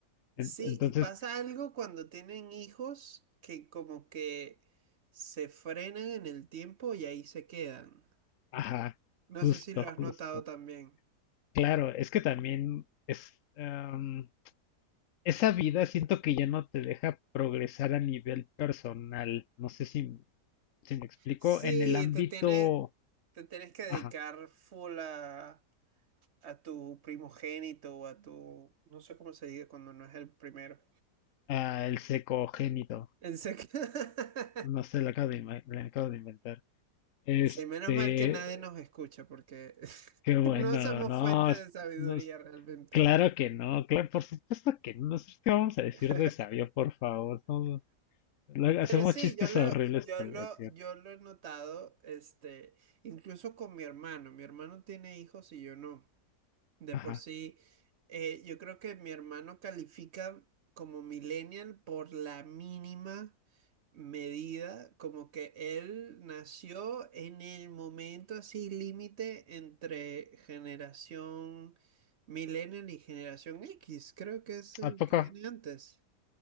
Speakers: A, on the left; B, on the right.
A: En-
B: Sí,
A: Entonces,
B: y pasa algo cuando tienen hijos que como que se frenan en el tiempo y ahí se quedan.
A: ajá,
B: No
A: justo,
B: sé si lo has
A: justo.
B: notado también.
A: Claro, es que también es, am, esa vida siento que ya no te deja progresar a nivel personal. No sé si, si me explico.
B: Sí,
A: En el ámbito,
B: te tienes, te tienes que dedicar
A: ajá,
B: full a, a tu primogénito o a tu, no sé cómo se diga cuando no es el primero.
A: ah, el secogénito.
B: En sec- <laughs>
A: No sé, lo acabo de, ima- lo acabo de inventar. Este,
B: Sí, menos mal que nadie nos escucha porque <laughs>
A: qué bueno,
B: no somos
A: no,
B: fuente
A: es-
B: de sabiduría
A: no es-
B: realmente.
A: claro que no, claro, por supuesto que no. Nosotros qué vamos a decir
B: <laughs>
A: de sabio, por favor. No, luego
B: Pero
A: hacemos
B: sí,
A: chistes
B: yo lo,
A: horribles
B: yo
A: por
B: lo,
A: diversión.
B: yo lo he notado, este, incluso con mi hermano. Mi hermano tiene hijos y yo no. De
A: Ajá.
B: por sí, eh, yo creo que mi hermano califica como millennial por la mínima medida, como que él nació en el momento así límite entre generación millennial y generación X, creo que es el
A: ¿A poco?
B: que viene antes.